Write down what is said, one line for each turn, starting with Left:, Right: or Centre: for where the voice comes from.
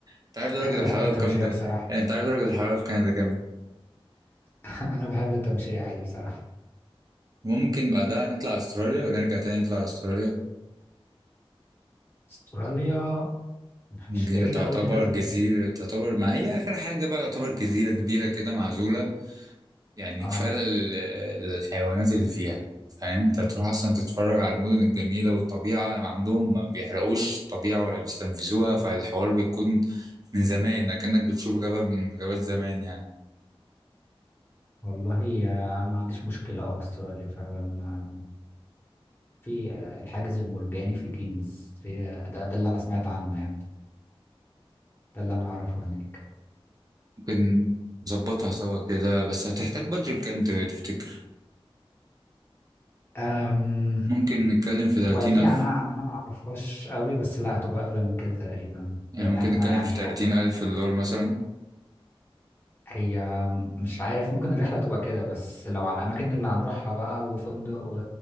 Right: انت عارف درجة
Left: انا بحب
Right: الحرارة
Left: التمشية
Right: بكام ده
Left: بصراحة
Right: يعني انت عارف درجة الحرارة في كندا كام
Left: <laughs> انا بحب التمشية عادي بصراحة
Right: ممكن بعدها نطلع استراليا ونرجع تاني نطلع استراليا
Left: استراليا مش
Right: هي
Left: بعيدة
Right: تعتبر
Left: قوي كده ولا
Right: جزيرة
Left: ايه
Right: تعتبر ما هي آخر حاجة بقى تعتبر جزيرة كبيرة كده معزولة يعني
Left: اه
Right: كفاية ال- الحيوانات اللي فيها فاهم انت هتروح اصلا تتفرج على المدن الجميلة والطبيعة ما عندهم ما بيحرقوش الطبيعة ولا بيستنفذوها فالحوار بيكون من زمان كأنك بتشوف غابة من غابات زمان يعني
Left: والله يا- انا ما عنديش مشكلة اه استراليا فعلا آه، في آه، الحاجز المرجاني في كينز في آه، ده ده اللي انا سمعت عنه يعني ده اللي انا اعرفه هناك
Right: ممكن نظبطها سوا كده بس هتحتاج بادجت كام ت- تفتكر
Left: أم
Right: ممكن نتكلم في تلاتين
Left: هو دي
Right: ألف
Left: انا انا ما اعرفهاش قوي بس لا هتبقى اغلى من كده تقريبا
Right: يعني
Left: لان
Right: ممكن
Left: احنا
Right: نتكلم
Left: يعني
Right: في تلاتين ألف دولار مثلا
Left: هي مش عارف ممكن الرحلة تبقى كده بس لو على الأماكن اللي هنروحها بقى وفندق و...